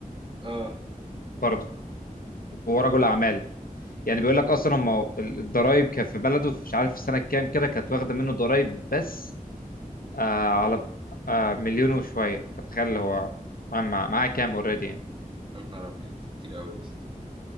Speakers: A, on the right; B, on the left.
A: اه
B: برضه هو رجل اعمال يعني بيقول لك اصلا هم الضرايب كان في بلده مش عارف في سنه كام كده كانت واخده منه ضرايب بس آه على آه مليون وشوية فتخيل هو معاه معاه كام اوريدي يعني
A: يا نهار ابيض كتير قوي يسا